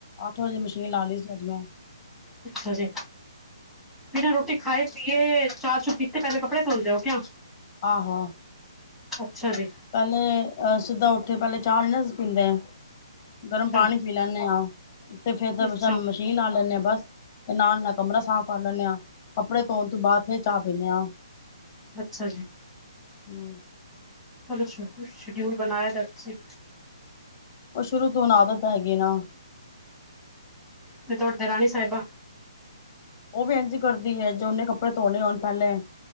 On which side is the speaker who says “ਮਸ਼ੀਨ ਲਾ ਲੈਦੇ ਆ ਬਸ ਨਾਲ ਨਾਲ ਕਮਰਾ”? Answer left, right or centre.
Left